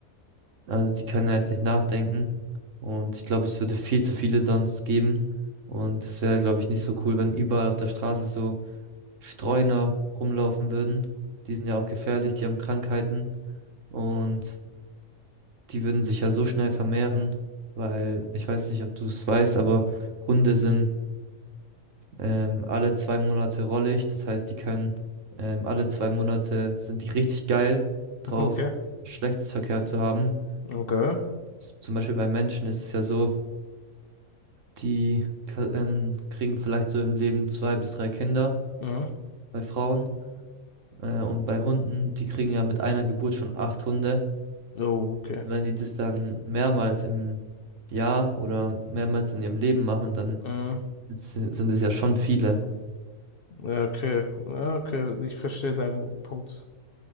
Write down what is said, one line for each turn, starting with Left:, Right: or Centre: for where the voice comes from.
Right: Also die können ja jetzt nicht nachdenken. Und ich glaube, es würde viel zu viele sonst geben. Und es wäre, glaube ich, nicht so cool, wenn überall auf der Straße so Streuner rumlaufen würden. Die sind ja auch gefährlich, die haben Krankheiten. Und die würden sich ja so schnell vermehren, weil ich weiß nicht, ob du es weißt, aber Hunde sind ähm, alle zwei Monate rollig. Das heißt, die können ähm, alle zwei Monate sind die richtig geil drauf,
Left: <laughs> Okay,
Right: Geschlechtsverkehr zu haben.
Left: okay,
Right: S- Zum Beispiel bei Menschen ist es ja so, die k- ähm, kriegen vielleicht so im Leben zwei bis drei Kinder
Left: mhm.
Right: bei Frauen. Äh, und bei Hunden, die kriegen ja mit einer Geburt schon acht Hunde.
Left: Oh, okay,
Right: Und wenn die das dann mehrmals im Jahr oder mehrmals in ihrem Leben machen, dann
Left: mhm.
Right: s- sind es ja schon viele.
Left: Ja, okay, Ja, okay, ich verstehe deinen Punkt.